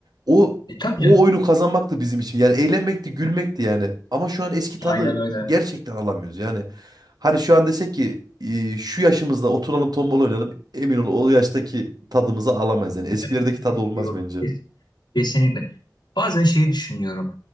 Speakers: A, on the right; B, on the left.
A: O
B: E, tabii
A: o oyunu kazanmaktı bizim için. Yani eğlenmekti, gülmekti yani. Ama şu an eski
B: Aynen
A: tadı
B: öyle.
A: gerçekten alamıyoruz. Yani hani şu an desek ki e, şu yaşımızda oturalım tombala oynayalım. Emin ol o yaştaki tadımızı alamayız. Yani eskilerdeki
B: <laughs>
A: tadı olmaz
B: Yok
A: bence.
B: kes- kesinlikle. Bazen şeyi düşünüyorum.